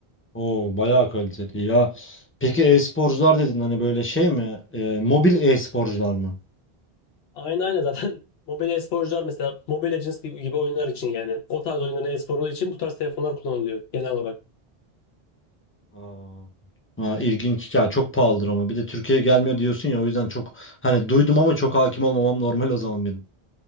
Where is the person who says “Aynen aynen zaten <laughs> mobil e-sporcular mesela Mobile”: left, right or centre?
Left